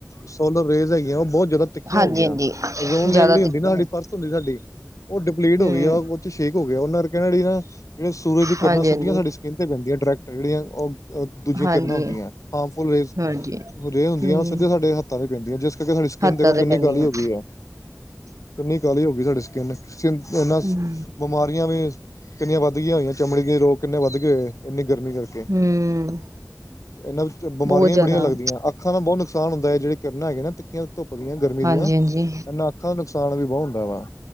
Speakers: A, on the left; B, on the right.
A: ਸੋਲਰ ਰੇਜ਼ ਹੈਗੀ ਆ ਉਹ ਬਹੁਤ ਜ਼ਿਆਦਾ ਤਿੱ ਤਿੱਖੀਆਂ
B: ਹਾਂਜੀ-ਹਾਂਜੀ,
A: ਹੋ ਗਈਆਂ ਅ ਜ਼ੋਨ ਲ
B: ਜ਼ਿਆਦਾ
A: ਜਿਹੜੀ ਹੁੰਦੀ
B: ਦਿੱਕਤ
A: ਨਾ ਸਾਡੀ ਪਰਸ ਹੁੰਦੀ ਸਾਡੀ ਉਹ ਡਿਪਲੀਟ
B: ਹੂੰ,
A: ਹੋ ਗਈ ਆ। ਸ਼ੇਕ ਹੋ ਗਿਆ ਉਹਨਾਂ ਕਹਿਣਾ ਨਾ ਜਿਹੜੇ ਸੂਰਜ ਦੀ ਕਿਰਨਾ
B: ਹਾਂਜੀ-ਹਾਂਜੀ,
A: ਸਧੀਆਂ ਸਾਡੀੇ ਸਕਿੰਨ ਤੇ ਪੈਂਦੀਆਂ ਡਾਇੈਕਟ ਜਿਹੜੀਆਂ ਉਹ ਦੂਜੀਆਂ
B: ਹਾਂਜੀ,
A: ਕਿਰਨਾਂ ਹੁੰਦੀਆਂ ਹਾਰਮਫੁਲ ਰੇਜ
B: ਹਾਂਜੀ,
A: ਰੇਜ ਹੁੰਦੀਆਂ
B: ਹੂੰ,
A: ਉਹ ਸਿੱਧੇ ਸਾਡੇ ਹੱਥਾਂ ਤੇ ਪੈਂਦੀਆਂ। ਜਿਸ ਕਿਉਂਕ ਸਾਡੀ ਸਕਿੰਨ
B: ਹੱਦਾਂ
A: ਦੇਖੋ ਕਿੰਨੀ
B: ਤੇ ਪੈਂਦੀਆਂ।
A: ਕਾਹਲੀ ਹੋ ਗਈ ਆ ਕਿੰਨੀ ਕਾਹਲੀ ਹੋ ਗਈ ਸਾਡੀ ਸਕਿੰਨ। ਸਕਿਨ ਨਾਂ
B: ਹੂੰ,
A: ਬਿਮਾਰੀਆਂ ਵੀ ਕਿੰਨੀਆਂ ਵੱਧ ਗਈਆਂ ਹੋਈਆਂ ਚਮੜੀ ਦੇ ਰੋਗ ਕਿੰਨੇ ਵੱਧ ਗਏ ਹੋਏ। ਇੰਨੀ ਗਰਮੀ ਕਰਕੇ
B: ਹੂੰ,
A: ਇਹਨਾਂ ਨੂੰ ਤਾਂ ਬਿਮਾਰੀਆਂ
B: ਬਹੁਤ ਜ਼ਿਆਦਾ
A: ਵੀ ਬੜੀਆਂ ਲੱਗਦੀਆਂ। ਅੱਖਾਂ ਦਾ ਬਹੁਤ ਨੁਕਸਾਨ ਹੁੰਦਾ ਹੈ ਜਿਹੜੀ ਕਿਰਨਾ ਹੈਗੇ ਨਾ ਤਿੱੱਖੀਆਂ ਧੁੱਪ ਦੀਆਂ ਗਰਮੀ ਦੀਆਂ
B: ਹਾਂਜੀ-ਹਾਂਜੀ,
A: ਇਹਨਾਂ। ਅੱਖਾਂ ਦਾ ਨੁਕਸਾਨ ਵੀ ਬਹੁਤ ਹੁੰਦਾ ਵਾ।